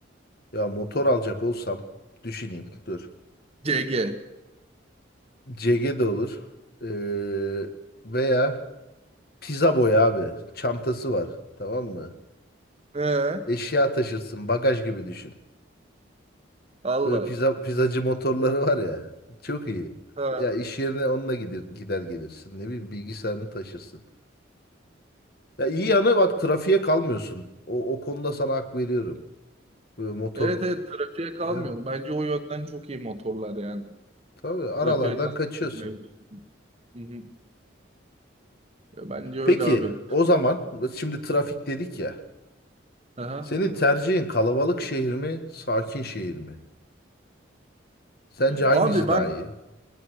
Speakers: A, on the left (about 50°); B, on the right (about 30°).
A: Ya motor alacak olsam düşüneyim dur.
B: CG.
A: CG de olur. Ee, veya pizza boy abi. Çantası var. Tamam mı?
B: He?
A: Eşya taşırsın. Bagaj gibi düşün.
B: Allah.
A: Böyle pizza, pizzacı motorları var ya. Çok iyi.
B: Ha.
A: Ya iş yerine onunla gider, gider gelirsin. Ne bileyim bilgisayarını taşırsın. Ya iyi yanı bak trafiğe kalmıyorsun. O, o konuda sana hak veriyorum. Böyle motor
B: Evet evet trafiğe kalmıyor.
A: yani,
B: Bence o yönden çok iyi motorlar yani.
A: tabii aralardan
B: Trafiğe kalmıyor.
A: kaçıyorsun.
B: Hı hı. Ya Bence öyle
A: Peki
B: abi.
A: o zaman şimdi trafik dedik ya.
B: Aha.
A: Senin tercihin kalabalık şehir mi, sakin şehir mi? Sence hangisi
B: Abi ben
A: daha iyi?